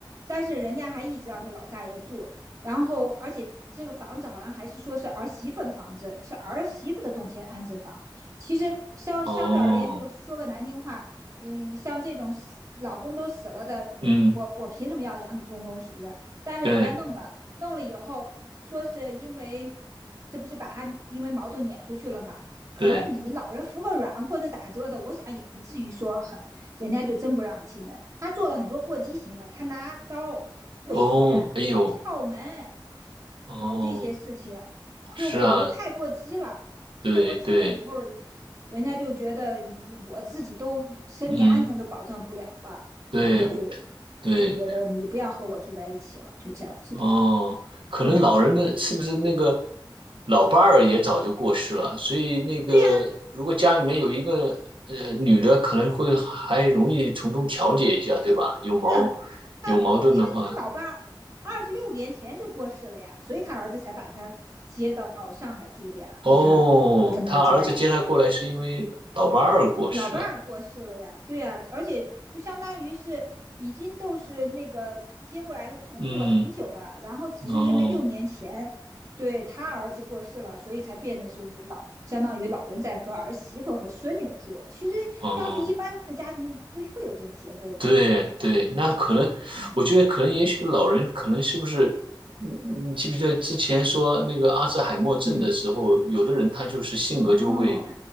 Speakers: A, on the right (about 40°); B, on the right (about 80°).
A: 但是人家还一直让这老大爷住，然后而且这个房子好像还是说是儿媳妇的房子，是儿媳妇的动迁安置房。其实相相对而言，
B: 哦，
A: 就是说个难听话，嗯，像这种死老公都死了的，
B: 嗯，
A: 你我我凭什么要养你公公？是不是？但是人家弄了，
B: 对
A: 弄了以后说是因为，这不是把他因为矛盾撵出去了吗？可能你老人服个软或者咋着的，
B: 对，
A: 我想也不至于说很，人家就真不让你进门。他做了很多过激行为，他拿刀威胁、
B: 哦，哎呦，
A: 撬门，
B: 哦，
A: 搞这些事情，就搞得太过激了。
B: 是啊，对对，
A: 太过激了以后，人家就觉得我自己都生命安全都保障不了了，
B: 嗯，对我
A: 然后就就觉得你不要和我住在一起了，
B: 对，
A: 就这样子的。
B: 哦，可能老人的是不是那个
A: 嗯，
B: 老伴儿也早就过世了，所以那个如果家里面有一个呃女的，
A: 啊，
B: 可能会还容易从中调解一下，对吧？有矛
A: 是啊，
B: 有矛盾的话，
A: 因为他老伴二十六年前就过世了呀，所以他儿子才把他接到上海住的呀，和他和他们一家呀。
B: 哦，他儿子接他过来是因为老伴儿过世了，
A: 老伴儿过世了呀，对呀、啊而且就相当于是已经都是那个接过来同住了很久了，
B: 嗯，
A: 然后只是因为六年前对他儿子过世了，
B: 哦
A: 所以才变得就是老，相当于老人在和儿媳妇和孙女住。其实要是一般的家庭不会有这种结构的，
B: 哦。哦对对，那可能，
A: 嗯
B: 我觉得可能，也许老人可能是不是，嗯，你记不记得之前说那个阿兹海默症的时候，
A: 嗯，
B: 有的人他就是性格就会，
A: 哦，